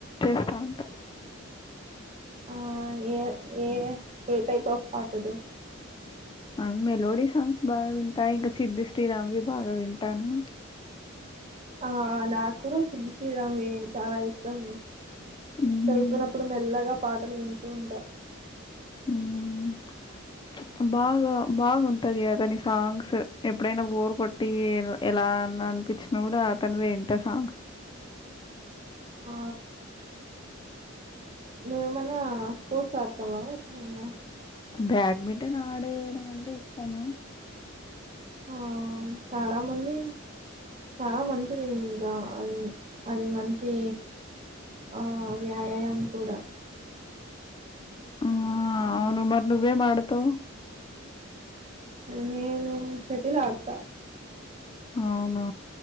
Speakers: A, on the left; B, on the right.
A: చేస్తా ఉంటామ్ గా
B: ఆ ఏ ఏ ఏ టైప్ ఆఫ్ పాటలు
A: ఆ మెలోడీ సాంగ్స్ బాగా వింటా ఇంకా సిద్ధి శ్రీరామ్వి బాగా వింటాను
B: ఆ నాకు కూడా సిద్ధూ శ్రీరామ్వి చాలా ఇష్టం
A: హ్మ్.
B: చదువుతున్నప్పుడు మెల్లగా పాటలు వింటూ ఉంటా
A: ఉమ్ బాగా బాగుంటది అతని సాంగ్స్ ఎప్పుడైనా బోర్ కొట్టి ఎలాన్నా అనిపించినప్పుడు అతనివే వింటా సాంగ్స్
B: ఆ నువ్వు ఏమన్నా స్పోర్ట్స్ ఆడతావా ఎప్పుడైనా
A: బ్యాడ్మింటన్ ఆడేయడం అంటే ఇష్టము
B: ఆ చాలా మంది చాలా మంచిది ఇంకా అది అది మంచి ఆ వ్యాయామ కూడా
A: ఆ
B: ఉమ్,
A: అవును మరి నువ్వేవి ఆడతావు
B: అ నేను షటిల్ ఆడత
A: అవునా